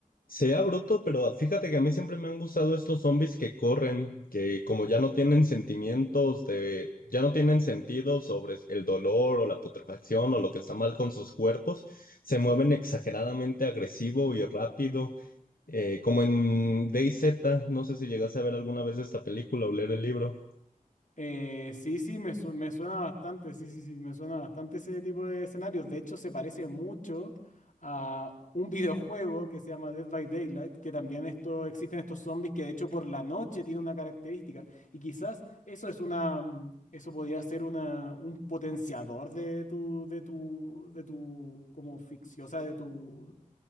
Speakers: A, on the left; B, on the left.
A: Sea bruto, pero fíjate que a mí siempre me han gustado estos zombies que corren, que como ya no tienen sentimientos de, ya no tienen sentido sobre el dolor o la putrefacción o lo que está mal con sus cuerpos, se mueven exageradamente agresivo y rápido, eh, como en DayZ, no sé si llegaste a ver alguna vez esta película o leer el libro.
B: Eh, sí, sí, me, su- me suena bastante, sí, sí, sí, me suena bastante ese tipo de escenarios. De hecho, se parece mucho a un videojuego que se llama Dead by Daylight, que también esto, existen estos zombies que de hecho por la noche tienen una característica. Y quizás eso es una, mm, eso podría ser una, un potenciador de tu, de tu, de tu, como ficción, o sea, de tu